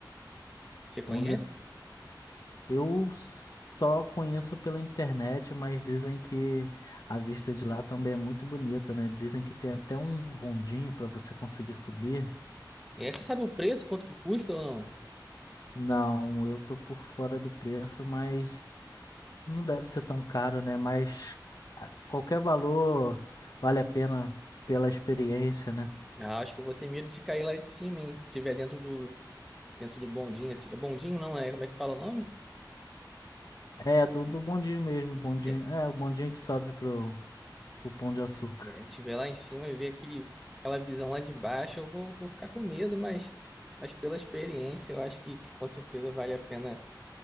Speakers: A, in the centre; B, on the left.
A: Você conhece?
B: Onde é- eu só conheço pela internet, mas dizem que a vista de lá também é muito bonita, né? Dizem que tem até um bondinho para você conseguir subir.
A: É, você sabe o preço, quanto que custa ou não?
B: Não, eu tô por fora do preço, mas Não deve ser tão caro, né? Mas a- qualquer valor vale a pena pela experiência, né?
A: Ah, acho que eu vou ter medo de cair lá de cima, hein? Se estiver dentro do, dentro do bondinho, assim. É bondinho, não é? Como é que fala o nome?
B: É, do, do bondinho mesmo, bondinho.
A: É,
B: É, o bondinho que sobe pro, pro Pão de Açúcar.
A: é, tiver lá em cima e ver aquele, aquela visão lá de baixo, eu vou, vou ficar com medo, mas, mas pela experiência, eu acho que, que com certeza vale a pena